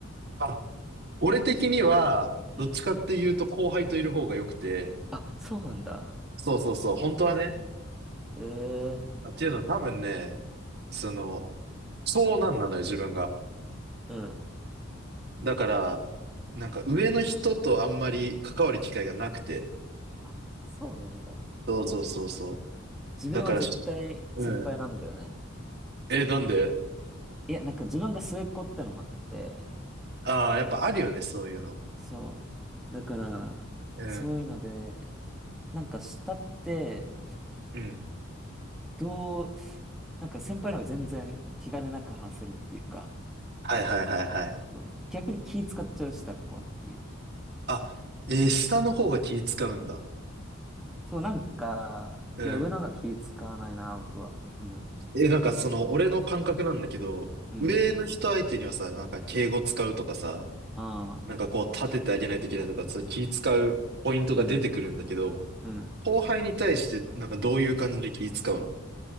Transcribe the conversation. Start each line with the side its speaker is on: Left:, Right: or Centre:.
Right: あ、俺的には、
Centre: うん。
Right: どっちかっていうと後輩といる方が良くて、
Centre: あ、そうなんだ。
Right: そうそうそう、本当はね。
Centre: ええ
Right: っていうのは多分ね、その、長男なのよ、自分が。
Centre: ー、うん。
Right: だから、なんか上の人とあんまり関わる機会がなくて、
Centre: あそうなんだ。
Right: そうそうそうそ
Centre: 自分は絶対先輩なんだよね。
Right: う。だからうん。え、なんで
Centre: いや、なんか自分が末っ子ってのもあって、
Right: ああー、やっぱあるよね、そういうの。
Centre: そう。だから、
Right: うん。
Centre: そういうので、なんか下って、
Right: うん。
Centre: どう、なんか先輩の方が全然気兼ねなく話せるっていうか、
Right: はいはいはいはい。
Centre: そう。逆に気使っちゃう下の子はっていう。
Right: あ、えー下の方が気使うんだ。
Centre: そう、なんか、
Right: うん。
Centre: いや、上の方が気使わないな、僕は。うん。
Right: え、なんかその、俺の感覚なんだけど、
Centre: うん。
Right: 上の人相手にはさ、なんか敬語使うとかさ、
Centre: ああ、
Right: なんかこう立ててあげないといけないとか、そういう気使うポイントが出てくるんだけど、
Centre: うん。うん。
Right: 後輩に対してなんかどういう感じで気使うの